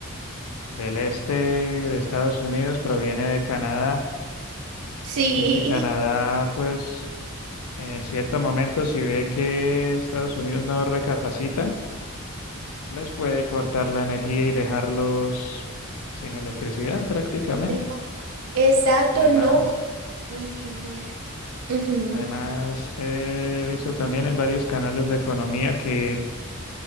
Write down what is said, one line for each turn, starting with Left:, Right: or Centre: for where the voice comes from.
Left: del este de Estados Unidos proviene de Canadá
Right: Sí,
Left: y que Canadá, pues, en cierto momento, si ve que Estados Unidos no recapacita, les puede cortar la energía y dejarlos sin electricidad prácticamente.
Right: <laughs> ¿verdad? exacto,
Left: Además,
Right: no. Ay, qué horror. Ujú,
Left: además he visto también en varios canales de economía que